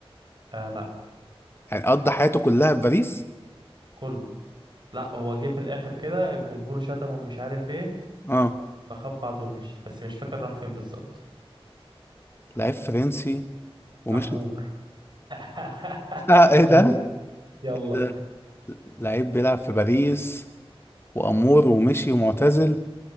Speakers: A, on the right; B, on the left.
A: آه لا
B: يعني قضى حياته كلها في باريس
A: كله لا هو جه في الآخر كده الجمهور شتمه ومش عارف ايه
B: اه
A: فخد بعضه ومشي بس مش فاكر راح فين بالظبط
B: لعيب فرنسي ومش
A: أمور
B: <laughs>
A: <laughs>
B: اه ايه
A: أمور
B: ده؟ <laughs>
A: يلا
B: إيه ده؟ لعيب بيلعب في باريس وأمور ومشي ومعتزل